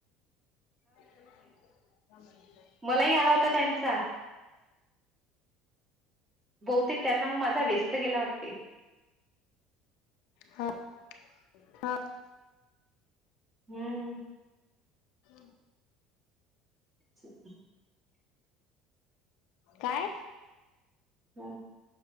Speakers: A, on the left; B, on the right.
A: ह
B: मलाही आला होता त्यांचा बहुतेक त्यांना मग माझा व्यस्त गेला वाटते
A: हात हात
B: हम्म
A: हो
B: <inaudible>
A: काय
B: ह